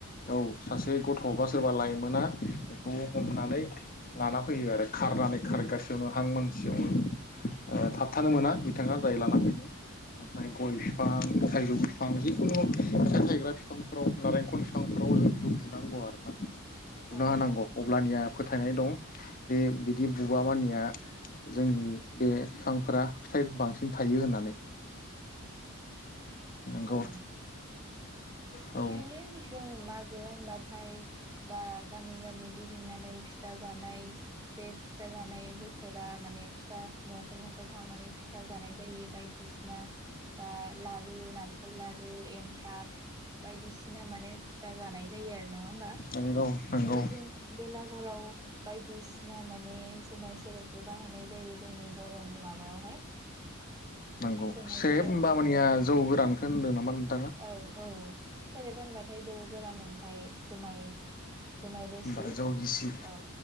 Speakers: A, on the left; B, on the right.
A: औ सासे गथ' बा सोरबा लाइमोना बेखौ हमनानै लाना फैयो आरो खारनानै खारगासेयावनो हां मानसियावनो थाबथानो मोना बिथाङा जाय लाना फैयो ओमफ्राय गय बिफां थाइजौ बिफां जिखुनु फिसा थायग्रा बिफांफोराव नारेंखल बिफांफोराव जों बेखौ बुनांगौ आरो ना बुना
B: औ बेनो
A: होनांगौ अब्लानिया फोथायनाय दं बे बिदि बुबा मानिया जोंनि बे फिफांफोरा फिथायफोरखौ बांसिन थायो होननानै नंगौ
B: औ बिदिनो
A: औ
B: जों म -ज होनबाथाय बा गामि गामि गि- दिंनानै फिथा जानाय बे फिथा जानाय बोथोरा माने फिथा न' खर न' खर थांनानै फिथा जानाय जायो बायदिसिना बा लारु नालेंखर लारु एनथाब बायदि सिना माने फिथा जानाय जायो नंङा होनबा
A: नंगौ नंगौ
B: ओमफ्राय जों बेलागुर हराव बायदिसिना माने जुमाय सेरेबबो बाहायनाय जायो जोंनि बर'नि माबायावहाय
A: नंगौ
B: जुमाय
A: सेब
B: सेरेब
A: हबा
B: होनो
A: मानिया जौ गोरान होनदों नामा नो
B: औ औ सेरेब होनबाथाय जौ गोरान ओमफाय जुमाय जुमाय रोसि
A: होमबा जौ गिसि
B: औ